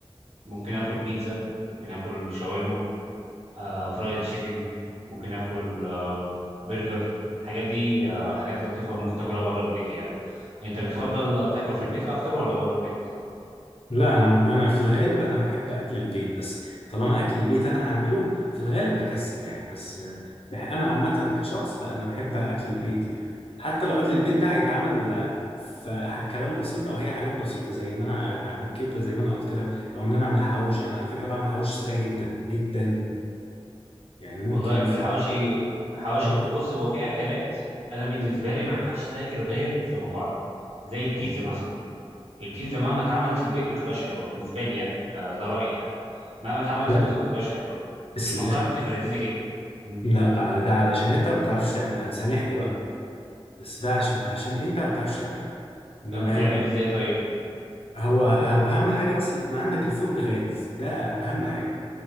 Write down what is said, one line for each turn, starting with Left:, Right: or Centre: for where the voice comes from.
Right: ممكن آكل بيتزا ممكن آكل شاورما آه فرايد تشيكن ممكن اكل آه برجر الحاجات دي آه حاجات لطيفه ممكن تاكلها بره البيت يعني انت بتفضل آه، تاكل في البيت اكتر ولا بره البيت
Left: لا انا انا في الغالب انا بحب اكل البيت بس طالما اكل البيت انا هعمله في الغالب بكسل يعني بس آه، بح- انا عامه كشخص لا انا بحب اكل البيت يعني حتى لو اكل البيت ده هيتعمل آه، في ح- كلام بسيط او هي حاجات بسيطه زي ان انا آه، الكبده زي ما انا قلت لك او ان انا اعمل حواوشي انا على فكره بعمل حواوشي سريع جدا جدا يعني ممكن
Right: والله الحواشي
Left: في
Right: حواشي
Left: ممكن
Right: بص هو في اكلات انا بالنسبه لي ما ينفعش تاكل غير في مطاعم زي البيتزا مثلا البيتزا مهما اتعملت في البيت ما بتبقاش حلوه بالنسبه لي يعني آه ده رايي يعني مهما اتعملت
Left: لا
Right: في البيت ما بتبقاش حلوه
Left: اس...
Right: في المطاعم بتبقى لذيذه جدا مم.
Left: لا على- ده علشان انت ما بتعرفش تعملها سامحني بقى بس ده عشان عشان انت ما بتعرفش تعملها انما
Right: بتعمل
Left: هي
Right: ازاي طيب
Left: هو, هو اهم حاجه بس يكون عندك الفرن غاز ده اهم حاجه